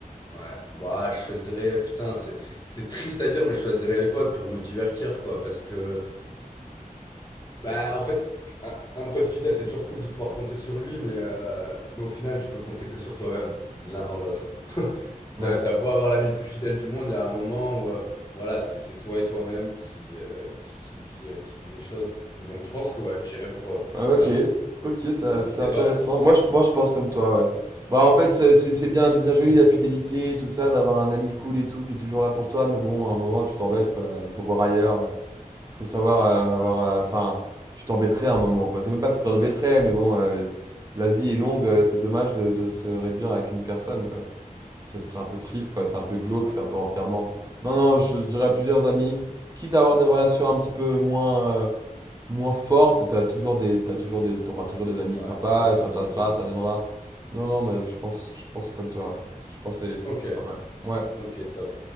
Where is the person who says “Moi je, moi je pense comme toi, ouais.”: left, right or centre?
Right